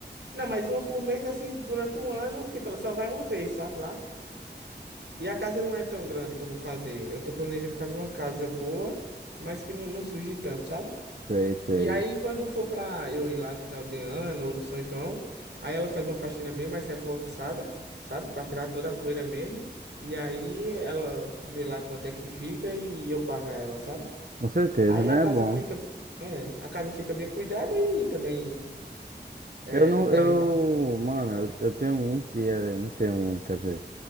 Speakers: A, on the right (about 75°); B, on the right (about 50°).
A: não, mas uma por mês, assim, durante um ano, tipo, ela só vai uma vez, sabe lá? E a casa não é tão grande que eu vou fazer. Eu tô planejando fazer uma casa boa, mas que não, não suje tanto, sabe?
B: sei, sei.
A: E aí, quando for pra eu ir lá no final de ano ou no São João, aí ela faz uma faxina bem mais reforçada, sabe? Pra tirar toda a poeira mesmo. E aí ela vê lá quanto é que fica e eu pago a ela, sabe?
B: Com certeza,
A: Aí
B: né?
A: a casa
B: É bom.
A: fica, é, a casa fica bem cuidada e também é,
B: Eu não,
A: o terreno
B: eu,
A: tá sendo
B: mano,
A: cuidado, né?
B: eu, eu tenho um que é, eu não tenho um, quer dizer,